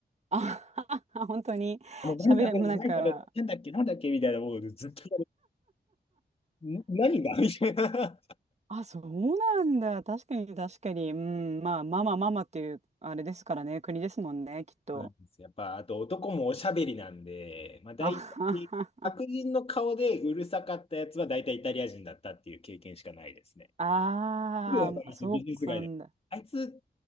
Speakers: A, on the right (about 40°); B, on the left (about 35°).
A: あ、<laughs> 本当に喋れ、
B: もう何食べる何食べるなんだっけなんだっけみたいな、
A: もうなんか、
B: もうずっと、ん何がみたいな。
A: あ、そうなんだ。確かに確かに。うん、まあ、ママママっていう、あれですからね。国ですもんね、きっと。
B: そうなんですやっぱ、あと男もおしゃべりなんで、まあ大体、
A: あ <laughs>
B: 白人の顔でうるさかったやつは大体イタリア人だったっていう経験しかないですね。
A: ああ、
B: すぐわかりますねビジネス街で。
A: まそうなんだ。
B: あいつ、